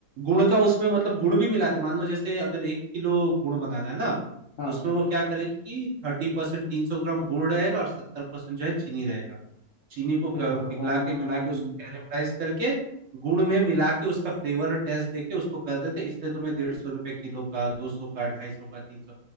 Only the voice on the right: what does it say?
गुड़ का उसमें मतलब गुड़ भी मिलाते मान लो जैसे अगर एक किलो गुड़ बनाना है ना
तो उसमें वो क्या करेंगे कि थर्टी परसेंट तीन सौ ग्राम गुड़ रहेगा और सत्तर परसेंट जो है चीनी रहेगा चीनी को
ग-
पिघला के गला के उसको कैरेमलाइज करके गुड़ में मिला के उसका फ्लेवर और टेस्ट देके उसको कर देते इसलिए तुम्हें डेढ़ सौ रुपए किलो का दो सौ का ढाई सौ का तीन सौ